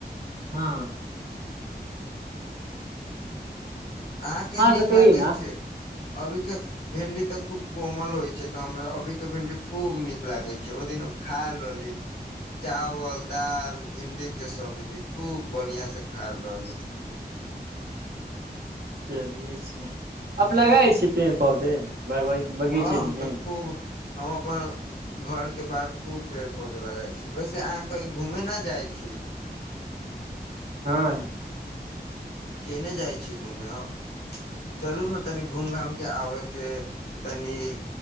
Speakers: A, on the right; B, on the left.
A: हँ
B: अहाँके
A: आर
B: नीक
A: बतैयै
B: लागैइ
A: न
B: छै अभीके भिंडी तऽ खूब कोमल होइ छै तऽ हमरा अभीके भिंडी त खूब कोमल होइ छक हमरा अभी के भिंडी खुब निक लागै छै ओहि दिन हम खायल रहली चावल दाल भिंडीके सब्जी खूब बढ़िआँसे खायल रहली
A: चलिये छै आब लगाए छै पेड़ पौधे बगीचे
B: हँ हम
A: मे
B: त खूब हम अपन घरके बाहर खूब पेड़ पौधे लगाइ छी ओहिसे अहाँ कही घूमेय न जाइ छी
A: हँ
B: केने जाइ छी घूमय हम चलू ने तनि घूम घाम के आबे के तनि